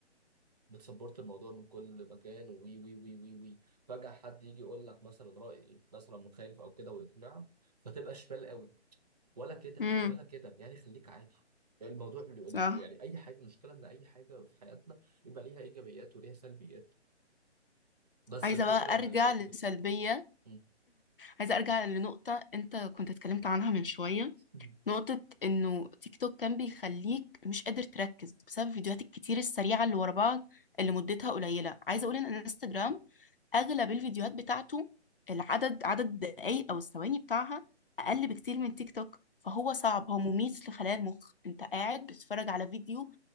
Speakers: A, on the right (about 35°); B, on the left (about 50°).
A: بتسبورت الموضوع من كل مكان وي وي وي وي وي فجاه حد يجي يقول لك مثلا راي مثلا مخالف او كده ويقنعك فتبقى شمال قوي ولا كده
B: امم
A: ولا كده يعني خليك عادي يعني الموضوع ال-
B: صح
A: ال- يعني اي حاجه المشكله ان اي حاجه في حياتنا يبقى ليها ايجابيات وليها سلبيات بس
B: عايزة
A: الفكره
B: بقى ارجع
A: ان انك
B: لسلبية
A: بت بت- م-
B: عايزة ارجع لنقطة انت كنت اتكلمت عنها من شوية
A: م-
B: نقطة إنه تيك توك كان بيخليك مش قادر تركز بسبب الفيديوهات الكتير السريعة اللي ورا بعض اللي
A: م-
B: مدتها قليلة عايزة أقول إن انستجرام أغلب الفيديوهات بتاعته العدد عدد الدقايق أو الثواني بتاعها
A: م-
B: أقل بكتير من تيك توك فهو صعب هو مميت لخلايا المخ أنت قاعد بتتفرج على فيديو